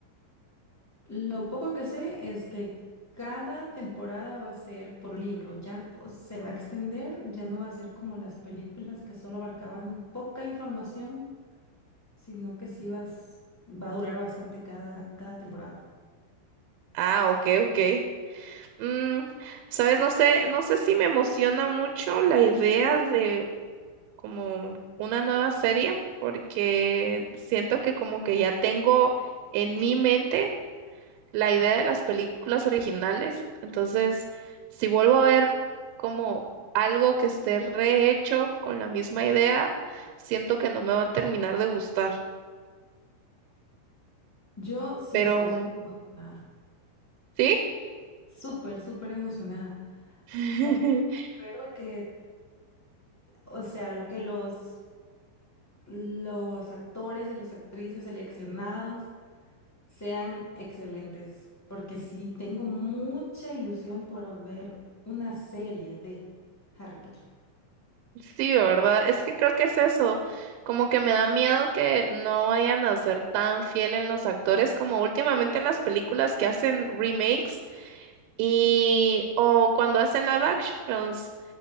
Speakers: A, on the left; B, on the right.
A: Lo poco que sé es que cada temporada va a ser por libro, ya n- o se va a extender, ya no va a ser como las películas que solo abarcaban poca información, sino que sí vas- va a durar bastante cada, cada temporada.
B: Ah, ok, ok. Mm, ¿sabes? No sé, no sé si me emociona mucho la idea de como una nueva serie, porque siento que como que ya tengo en mi mente. la idea de las películas originales. Entonces, si vuelvo a ver como algo que esté rehecho con la misma idea, siento que no me va a terminar de gustar.
A: Yo sí
B: Pero
A: estoy súper emocionada,
B: sí,
A: súper, súper emocionada.
B: <laughs>
A: Solo espero que, o sea, lo que los, los actores y las actrices seleccionados sean excelentes, porque sí tengo mucha ilusión por ver una serie de Harry Potter.
B: sí, ¿verdad? Es que creo que es eso. Como que me da miedo que no vayan a ser tan fiel en los actores como últimamente en las películas que hacen remakes y o cuando hacen live actions.